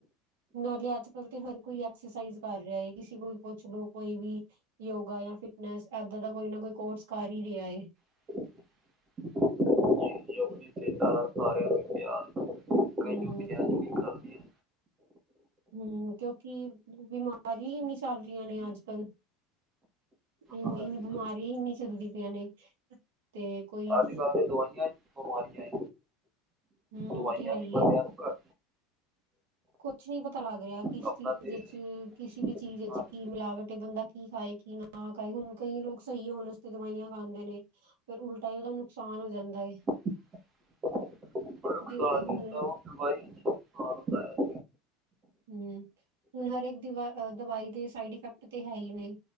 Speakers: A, on the right; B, on the right.
A: ਨਾਲੇ ਅੱਜ ਕੱਲ ਤੇ ਹਰ ਕੋਈ ਐਕਸਰਸਾਈਜ਼ ਕਰ ਰਿਹਾ ਹੈ, ਕਿਸੇ ਕੋਲ ਪੁੱਛ ਲੋੋ ਕੋਈ ਵੀ ਯੋਗਾ। ਫਿਟਨੈਸ ਇਏਦਾਂ ਦਾ ਕੋਈ ਨਾ ਕੋਈ ਕੋਰਸ ਕਰ ਹੀ ਰਿਹਾ ਹੈ।
B: <inaudible> ਸਿਹਤਾਂ ਨਾਲ <inaudible>
A: ਹਮ।
B: ਹੁੰਦੀਆਂ ਜਿਹੜੀ ਕਰਦੀਆਂ
A: ਹਮ ਕਿਉਂਕਿ ਬਿਮਾਰੀ ਇੰਨੀ ਚੱਲ ਰਹੀਆਂ ਨੇ ਅੱਜ ਕੱਲ। ਇਹ
B: ਹਾਂਜੀ
A: ਬਿਮਾਰੀਆਂ ਇਨੀ ਚੱਲਦੀ ਪਈਆਂ ਨੇ, ਤੇ ਕੋਈ
B: ਦਵਾਈਆਂ। ਬਿਮਾਰੀਆਂ ਹੈ,
A: ਹਮ
B: ਦਵਾਈਆਂ
A: ਉਹ ਤੇ ਹੈ ਹੀ
B: ਵੀ ਬੰਦਿਆਂ
A: ਹੈ।
B: ਨੂੰ ਘੱਟ
A: ਕੁਛ ਨਹੀਂ ਪਤਾ ਲੱਗ ਰਿਹਾ, ਕਿਸ
B: ਆਪਣਾ
A: ਚੀਜ਼
B: ਦੇਸੀ
A: ਵਿੱਚ ਕਿਸੇ ਵੀ ਚੀਜ਼ ਵਿੱਚ
B: ਖਾਣ
A: ਕੀ ਮਿਲਾਵਟ, ਬੰਦਾ ਕੀ ਖਾਏਗਾ। ਕਿ ਨਾ ਕ ਹੁਣ ਕਈ ਲੋਕ ਸਹੀ ਹੋਣ ਉਸਤੇ ਦਵਾਈਆਂ ਖਾਂਦੇ ਨੇ, ਫ਼ੇਰ ਉਲਟਾ ਹੀ ਉਹਦਾ ਨੁਕਸਾਨ ਹੋ ਜਾਂਦਾ ਹੈ।
B: <inaudible>
A: ਹੁਣ ਹਮ ਹੁਣ ਹਰੇਕ ਦੀਵਾ ਦਵਾਈ ਦੇ ਸਾਈਡ ਇਫੈਕਟ ਤੇ ਹੈ ਹੀ ਨੇ।